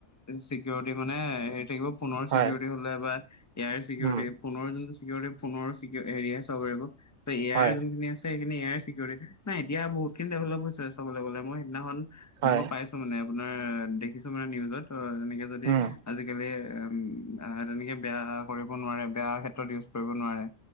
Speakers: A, on the left; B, on the right.
A: চিকিউৰিটি মানে হেৰি থাকিব ফোনৰ চিকিউৰিটি
B: হয়
A: হ'লে বা এ আইৰ চিকিউৰিটি
B: উম
A: ফোনৰ যোনটো চিকিউৰিটি ফোনৰ হেৰীয়েহে চাব পাৰিব, ত এ
B: হয়
A: আই যোনখিনি আ- ছে সেইখিনি এ আইৰ চিকিউৰিটি। এতিয়া বহুত খিনি ডেভেলপ হৈছে চাবলে গলে মই সেইদিনাখন
B: হয়
A: এনেকুৱা পাই- ছো মানে আপোনাৰ দেখিছোঁ মানে নিউজত, তেনেকে যদি
B: উম
A: আজিকালি উম এ তেনেকে বেয়া কৰিব নোৱাৰে, বেয়া ক্ষেত্ৰত ইউজ কৰিব নোৱাৰে।